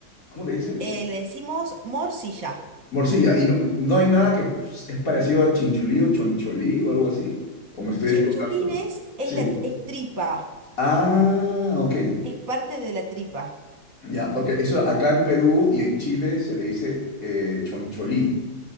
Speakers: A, on the left; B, on the right.
A: ¿Cómo le dicen?
B: Eh, le decimos morcilla.
A: Morcilla. ¿Y no, no hay nada que es parecido a chinchulí o choncholí o algo así? ¿O me estoy
B: Chinchulines
A: equivocando?
B: es
A: Sí.
B: la, es tripa,
A: Ah, ok.
B: es parte de la tripa.
A: Ya, porque eso acá en Perú y en Chile se le dice eh, choncholí.